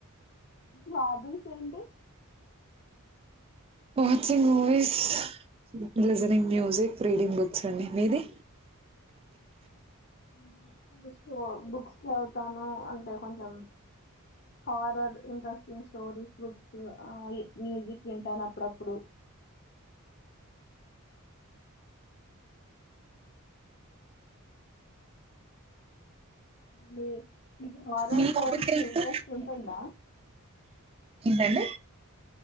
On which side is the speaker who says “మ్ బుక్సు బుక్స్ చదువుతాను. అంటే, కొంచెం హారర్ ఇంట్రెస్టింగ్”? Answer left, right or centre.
Left